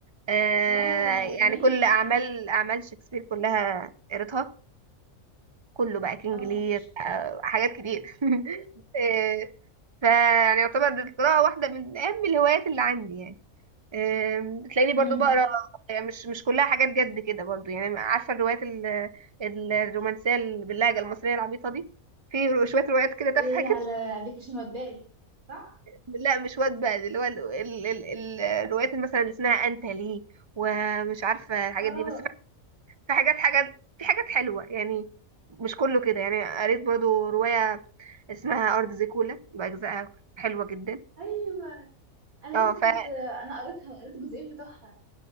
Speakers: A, on the right; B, on the right.
A: آه
B: اه
A: يعني
B: ده جميل
A: كل
B: ده
A: أعمال أعمال شكسبير كلها قريتها كله بقى كينج
B: اه
A: لير آه حاجات كتير <laughs> آه فيعني يعتبر القراءة واحدة من أهم الهوايات اللي عندي يعني آم، تلاقيني
B: امم
A: برضو بقرا يعني مش مش كلها حاجات جد كده برضو يعني عارفه الروايات ال- ال- الرومانسيه اللي باللهجه المصريه العبيطه دي في شويه روايات كده تافهه
B: اللي
A: كده
B: على
A: <laughs>
B: ابلكيشن واتباد صح
A: لا مش واد بقى، اللي هو ال- ال- ال- الروايات مثلا اللي اسمها انت ليه ومش عارفه الحاجات
B: اه
A: دي بس في في حاجات حاجات في حاجات حلوه يعني مش كله كده يعني قريت برضو روايه اسمها ارض زيكولا باجزائها حلوه جدا
B: ايوه انا
A: اه
B: لسه
A: فا
B: كنت انا قريتها وقريت الجزئين بتوعها